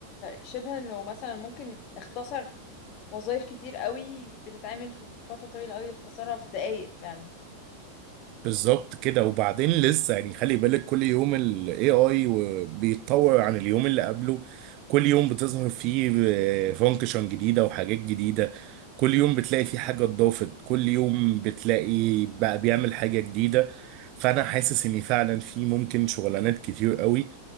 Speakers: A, on the left; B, on the right.
A: شبه انه مثلا ممكن اختصر وظائف كتير قوي بتتعمل في فترة طويلة قوي اختصرها في دقايق فعلا
B: بالظبط كده وبعدين لسه يعني خلي بالك كل يوم ال AI و- بيتطور عن اليوم اللي قبله كل يوم بتظهر فيه فانكشن جديدة وحاجات جديدة كل يوم بتلاقي فيه حاجة اتضافت كل يوم بتلاقي بقى بيعمل حاجة جديدة فأنا حاسس إن فعلا في ممكن شغلانات كتير قوي